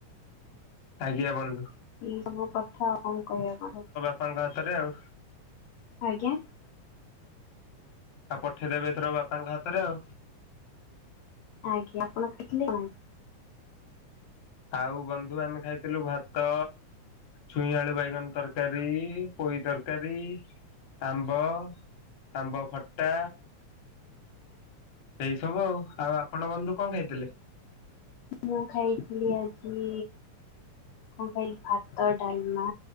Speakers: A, on the left; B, on the left.
A: ଆଜ୍ଞା ବନ୍ଧୁ।
B: ଏଇ ସବୁ କଥା ଆଉ କଣ କହିବା କଣ?
A: ଆପଙ୍କ ହାତରେ ଆଉ।
B: ଆଜ୍ଞା।
A: ଆଉ ପଠେଇଦେବେ ଏଥର ବାପାଙ୍କ ହାତରେ ଆଉ।
B: ଆଜ୍ଞା ଆପଣ ଖାଇଥିଲେ କଣ?
A: ଆଉ ବନ୍ଧୁ ଆମେ ଖାଇଥିଲୁ ଭାତ। ଛୁଇଁ ଆଳୁ ବାଇଗଣ ତରକାରୀ ପୋଇ ତରକାରୀ ଆମ୍ବ। ଆମ୍ବ ଖଟ୍ଟା। ଏଇ ସବୁ ଆଉ ଆଉ ଆପଣ ବନ୍ଧୁ କଣ ଖାଇଥିଲେ?
B: ମୁଁ ଖାଇଥିଲି ଆଜି କଣ ଖାଇଲି ଭାତ ଡାଲମା।